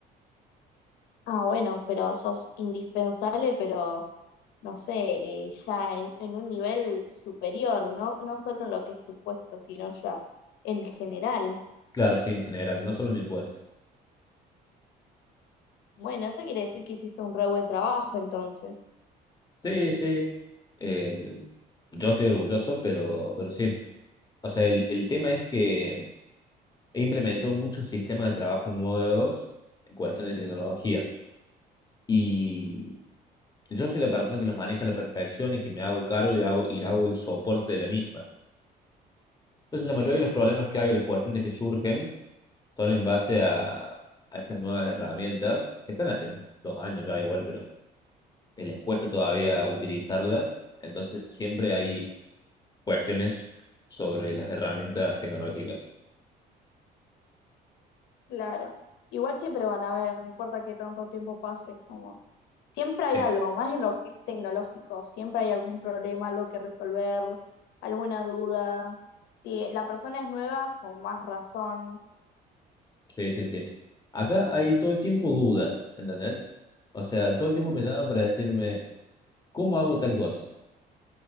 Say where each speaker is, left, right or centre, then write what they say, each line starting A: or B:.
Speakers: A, on the left; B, on the left.
A: Ah, bueno, pero sos indispensable, pero no sé, eh, ya en, en un nivel superior, ¿no? No solo en lo que es tu puesto, sino ya en general.
B: claro, sí, en general, no solo en mi puesto.
A: Bueno, eso quiere decir que hiciste un re buen trabajo, entonces.
B: Sí, sí. Eh, yo estoy orgulloso, pero, pero sí. O sea, el, el tema es que implementó muchos sistemas de trabajo nuevos en cuestión de tecnología. Y yo soy la persona que los maneja a la perfección y que me hago cargo y hago, y hago el soporte de la misma. Entonces, la mayoría de los problemas que hay o las cuestiones que surgen son en base a, a estas nuevas herramientas, que están hace dos años ya igual, pero eh, les cuesta todavía utilizarlas. Entonces, siempre hay cuestiones sobre las herramientas tecnológicas.
A: Claro. Igual siempre van a ver, no importa qué tanto tiempo pase, como siempre hay
B: Sí,
A: algo, más en lo que es tecnológico, siempre hay algún problema, algo que resolver, alguna duda. Si la persona es nueva, con más razón.
B: sí, sí. sí. Acá hay todo el tiempo dudas, ¿entendés? O sea, todo el tiempo
A: Mm,
B: me llaman para decirme, ¿cómo hago tal cosa?